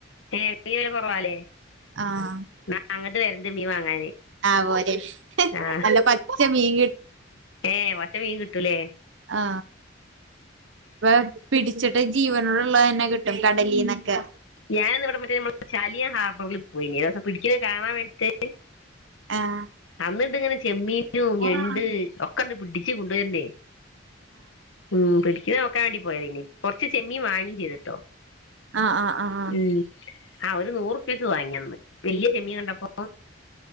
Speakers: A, on the left; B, on the right.
A: ഏ തീരേ കുറവാല്ലേ
B: ആഹ്
A: ന്നാ അങ്ങട്ട് വര്ണ്ട് മീൻ വാങ്ങാന്.
B: ആഹ് പോര്
A: ആ
B: നല്ല പച്ച മീൻ
A: ഏ പച്ച മീൻ കി ട്ടുല്ലേ
B: ആ പെ പിടിച്ചിട്ട് ജീവനുള്ള ള്ളേന്നെ കിട്ടും കടലീന്നൊക്കെ
A: ഞാൻ ന്ന് വടെ മറ്റേ നമ്മടെ ചാലിയ ഹാബറിൽ പോയി ഞ് ഹേഹെ പിടിക്കുന്നത് കാണാൻ വേണ്ടിട്ട്
B: ആഹ്
A: അന്നിട്ട് ങ്ങനെ ചെമ്മീനും
B: ആഹ്
A: ഞണ്ട് ഒക്കെണ്ട് പിടി ച്ചു കൊണ്ടോര്ണ് ഉം പിടി ഇത് നോക്കാണ്ടി പോയതേഞ്ഞി കുർച്ച് ചെമ്മീ വാങ്ങി ചെയ്തൂട്ടോ.
B: ആഹ് ആഹ് ആഹ്
A: ഉം ആ ഒരു നൂർ പേക്ക് വാങ്ങിയന്ന് വല്യ ചെമ്മീനണ്ടപ്പോ